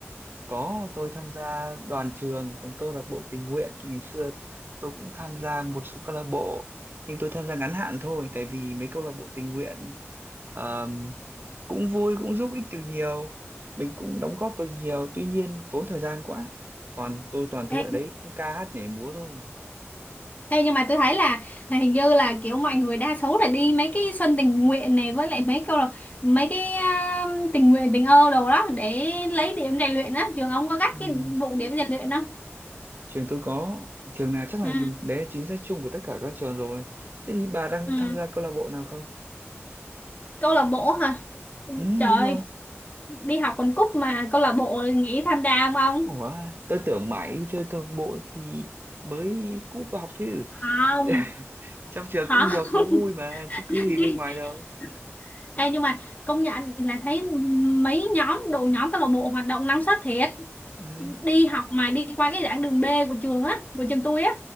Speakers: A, on the right; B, on the left.
A: Có, tôi tham gia đoàn trường, còn câu lạc bộ tình nguyện thì ngày xưa tôi cũng tham gia một số câu lạc bộ, nhưng tôi tham gia ngắn hạn thôi, tại vì mấy câu lạc bộ tình nguyện ờm, cũng vui, cũng giúp ích được nhiều, mình cũng đóng góp được nhiều, tuy nhiên tốn thời gian quá. Toàn tôi toàn thấy
B: Ê,
A: ở đấy cứ ca hát nhảy múa thôi.
B: ê, nhưng mà tôi thấy là, là hình như là kiểu mọi người đa số là đi mấy cái sân tình nguyện này với lại mấy câu là mấy cái à, tình nguyện tình ơ đồ đó để lấy điểm rèn luyện á trường ông có gắt
A: Ừm,
B: cái vụ điểm rèn luyện không
A: Trường tôi có, trường nào chắc là
B: ừ,
A: đấy là chính sách chung của tất cả các trường rồi. Thế thì bà đang
B: ừ.
A: tham gia câu lạc bộ nào không?
B: câu lạc bộ hả Ừ,
A: Ừ,
B: trời
A: đúng rồi.
B: đi học quần cúc mà câu lạc bộ nghĩ tham gia không ông
A: Ủa, tôi tưởng mãi chơi câu lạc bộ thì mới cúp vào học chứ.
B: không
A: <laughs> Trong trường
B: không
A: cũng nhiều thú vui mà, chứ
B: <laughs>
A: cứ gì bên ngoài đâu.
B: Ê, nhưng mà công nhận là thấy mấy nhóm đội nhóm câu lạc bộ hoạt động năng suất thiệt
A: Ừ,
B: đi học mà đi qua cái giảng đường B của trường á của trường tôi á